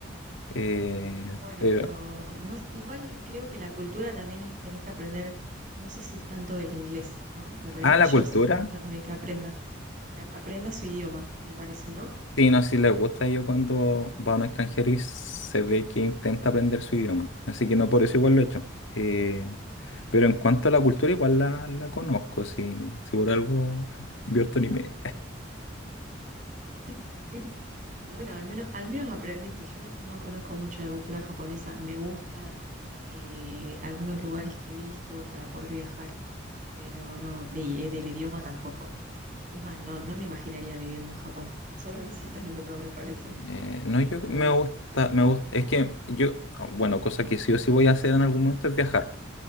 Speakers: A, on the left; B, on the right.
A: Eh,
B: Bueno,
A: pero,
B: pero no, igual creo que la cultura también es- tenés que aprender, no sé si es tanto el inglés, ¿no? Me parece
A: ah,
B: que
A: la
B: ellos
A: cultura.
B: les gusta también que aprendas, que ap- aprendas su idioma, me parece, ¿no?
A: Sí, no, sí les gusta. Yo cuando va a un extranjero y se ve que intenta aprender su idioma. Así que no por eso igual lo he hecho. Eh, pero en cuanto a la cultura,
B: Claro.
A: igual la, la conozco. Si, si por algo <laughs> vio este anime.
B: <laughs> Bueno, al menos, al menos aprendiste. Yo no, no conozco mucho la cultura japonesa. Me gusta eh, algunos lugares que he visto para poder viajar, pero no, de- eh, del idioma tampoco. Es más, no, no me imaginaría viviendo en Japón, solo <laughs> visitándolo, me parece,
A: Eh,
B: <laughs>
A: no,
B: no
A: yo
B: como
A: me
B: vos.
A: gusta, me gusta. Es que yo, bueno, cosa que sí o sí voy a hacer en algún momento es viajar. po.